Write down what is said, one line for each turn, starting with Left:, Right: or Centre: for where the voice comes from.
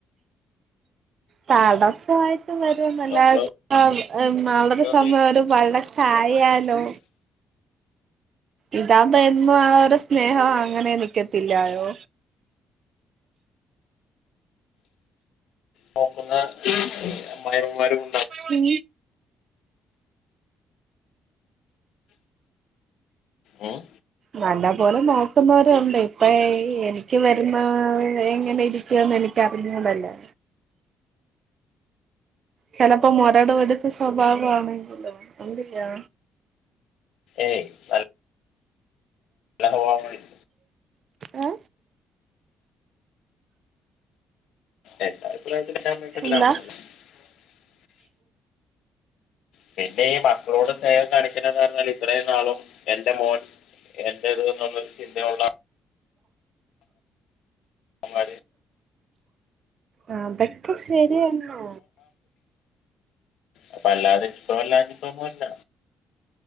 Right: തടസായി വരുന്നല്ല
Left: നമ്മള്
Right: അം നാളൊരു
Left: കൊണ്ടുവന്ന്
Right: സമയം ഒരു വഴക്കായാലോ ഇതാമ്പോ എന്നും ആ ഒരു സ്നേഹം അങ്ങനെ നിക്കത്തില്ലായോ
Left: നോക്കുന്ന അമ്മായമ്മമാരും
Right: ഉം
Left: ഉം
Right: നല്ല പോലെ നോക്കുന്നവരുണ്ട് ഇപ്പ എനിക്ക് വരുന്ന എങ്ങനെ ഇരിക്കുവന്ന് എനക്ക് അറിഞ്ഞൂടല്ലോ ചെലപ്പോ മുരട്പടിച്ച സ്വഭാവ ആണെങ്കിലോ എന്ത്യ്യാ
Left: ഏയ് അല് <unintelligible>
Right: ഏ
Left: എന്റെ അഭിപ്രായ <unintelligible>
Right: എന്താ
Left: പിന്നെ ഈ മക്കളോട് സ്നേഹം കാണിക്കണ്ടാന്ന് പറഞ്ഞാൽ ഇത്രയും നാളും എൻറെ മോൻ എന്റെത് ന്നുള്ളര് ചിന്തയുള്ള അമ്മമാര്
Right: ആഹ് <unintelligible> ശരി എന്നാ
Left: അപ്പ അല്ലാതെ സൊ അല്ലാഞ്ഞിട്ടൊന്നു അല്ല